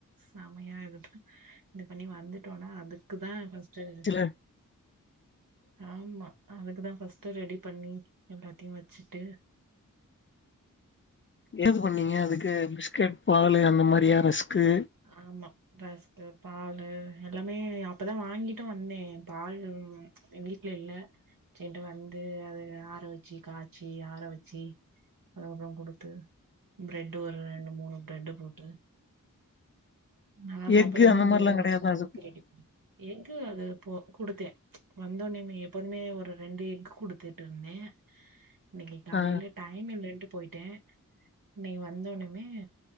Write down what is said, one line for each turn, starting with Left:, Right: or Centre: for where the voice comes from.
Right: <unintelligible> இது பண்ணி வந்துட்டோம்னா அதுக்குதா ஃபர்ஸ்ட்டு
Left: இல்ல
Right: ஆமா அதுக்கு தா ஃபர்ஸ்ட்டு ரெடி பண்ணி எல்லாத்தையு வச்சுட்டு
Left: ஏது பண்ணீங்க அதுக்கு பிஸ்கட் பாலு அந்த மாரியா ரஸ்க்கு
Right: ஆமா ரஸ்கு பால்லு எல்லாமே அப்பதா வாங்கிட்டு வந்தே பால் வீட்டுல இல்ல செரிண்டு வந்து அத ஆற வச்சு காய்ச்சி ஆற வச்சு <unintelligible> குடுத்து பிரெட் ஒரு ரெண்டு மூணு பிரெட்ட போட்டு நா சாப்புறன்னோ
Left: எக்கு அந்த
Right: இல்லையோ
Left: மாரிலா
Right: ஃபர்ஸ்ட்
Left: கெடையாதா
Right: அதுக்கு ரெடி பண்ணி எஃகு அது போ குடுத்தே வந்தோனிமே எப்போதுமே ஒரு ரெண்டு எக் குடுத்துட்டு இருந்தே இன்னைக்கு காலேல
Left: ஆ
Right: டைம் இல்லட்டு போய்ட்டே இன்னைக்கி வந்தோனுமே